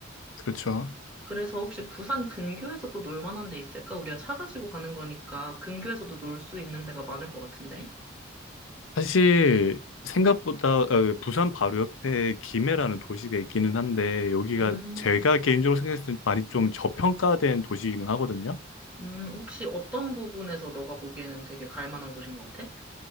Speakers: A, on the left; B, in the centre.
A: 그렇죠.
B: 그래서 혹시 부산 근교에서 또 놀 만한 데 있을까? 우리가 차 가지고 가는 거니까 근교에서도 놀 수 있는 데가 많을 것 같은데?
A: 사실 생각보다 어, 부산 바로 옆에 김해라는 도시가 있기는 한데 여기가
B: 음,
A: 제가 개인적으로 생각했을 때 많이 좀 저평가된 도시이기는 하거든요.
B: 음, 혹시 어떤 부분에서 너가 보기에는 되게 갈 만한 곳인 것 같아?